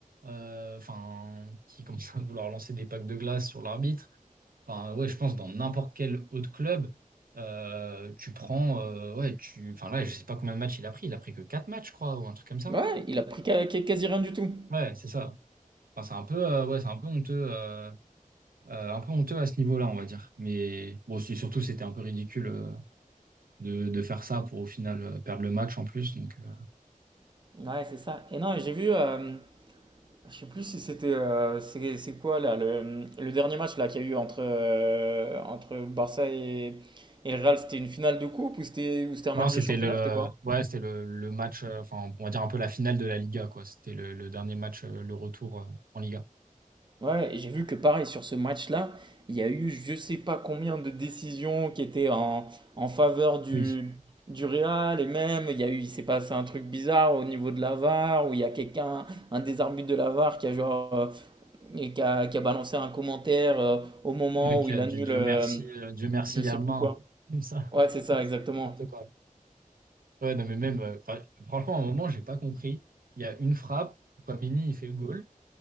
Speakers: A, on the right (about 85°); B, on the right (about 35°).
A: euh, enfin, qui commencent à vouloir lancer des packs de glace sur l'arbitre. Enfin, ouais, je pense dans n'importe quel autre club, euh, tu prends, euh, ouais, tu, enfin, ouais, je sais pas combien de matchs il a pris. Il a pris que quatre matchs, je crois, ou un truc comme ça.
B: Ouais, il a pris ca- ca- quasi rien du tout.
A: Ouais, c'est ça. Enfin, c'est un peu, euh, ouais, c'est un peu honteux. euh, euh, un peu honteux à ce niveau-là, on va dire. Mais bon, c'est- surtout, c'était un peu ridicule euh, de, de faire ça pour au final euh, perdre le match en plus. Donc, euh,
B: Ouais, c'est ça. Et non, j'ai vu. euh, Je sais plus si c'était euh, c'est c'est quoi là le, le dernier match là qu'il y a eu entre euh, entre Barça et, et le Real, c'était une finale de coupe ou c'était ou c'était un
A: Non,
B: match
A: c'était
B: de championnat,
A: le,
B: c'était quoi?
A: ouais, c'était le, le match, euh, enfin, on va dire un peu la finale de la Liga, quoi. C'était le, le dernier match, euh, le retour euh, en Liga.
B: Ouais, et j'ai vu que pareil sur ce match-là, il y a eu je sais pas combien de décisions qui étaient en, en faveur du
A: Oui.
B: du Real et même il y a eu il s'est passé un truc bizarre au niveau de la VAR où il y a quelqu'un un des arbitres de la VAR qui a genre euh, et qui a, qui a balancé un commentaire euh, au moment
A: Ok,
B: où il annule,
A: Dieu, Dieu
B: euh,
A: merci, euh, Dieu merci
B: Je sais
A: à main,
B: plus quoi.
A: quoi. comme ça.
B: Ouais, c'est ça,
A: <laughs> C'est
B: exactement.
A: n'importe quoi. Ouais, non, mais même, euh, enfin, franchement, à un moment, j'ai pas compris. Il y a une frappe, Pamini il fait le goal.